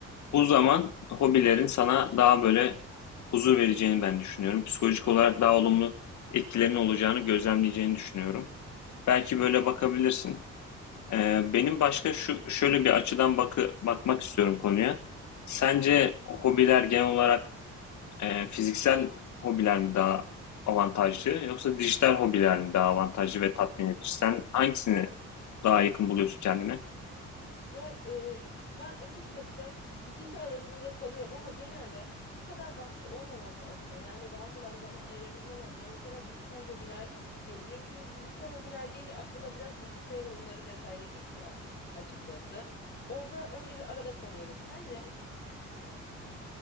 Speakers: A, on the left; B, on the left.
A: Bu zaman hobilerin sana daha böyle huzur vereceğini ben düşünüyorum. Psikolojik olarak daha olumlu etkilerinin olacağını gözlemleyeceğini düşünüyorum. Belki böyle bakabilirsin. Ee, benim başka şu şöyle bir açıdan bakı, bakmak istiyorum konuya. Sence hobiler genel olarak e, fiziksel hobiler mi daha avantajlı yoksa dijital hobiler mi daha avantajlı ve tatmin edici? Sen hangisini daha yakın buluyorsun kendine?
B: Ya e, ben açıkçası ikisi arasında da kalıyorum ama genelde bu kadar baskı olmaması adına yani daha kolay zaman ayırabilmem adına mesela dijital hobiler diyebilirim. Çünkü dijital hobiler deyince aklıma biraz bilgisayar oyunları vesaire geliyor açıkçası. Orada öyle bir arada kalıyorum. Sence?